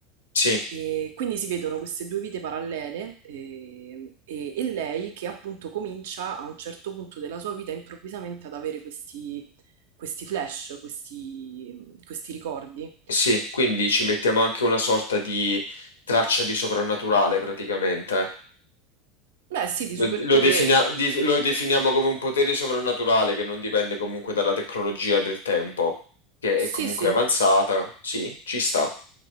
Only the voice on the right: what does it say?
E quindi si vedono queste due vite parallele eh, e, e lei che appunto comincia a un certo punto della sua vita improvvisamente ad avere questi, questi flash, questi, questi ricordi.
Beh, sì, di superpoteri.
Sì,
sì.